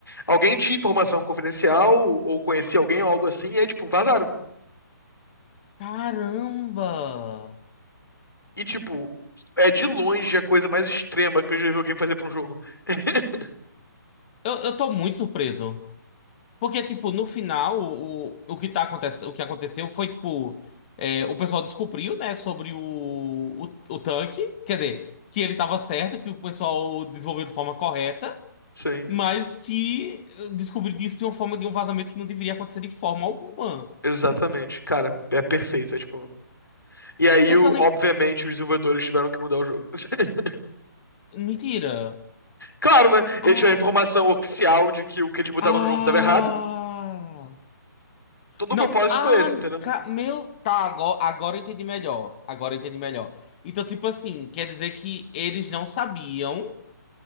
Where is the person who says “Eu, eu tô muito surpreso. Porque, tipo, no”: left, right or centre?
Left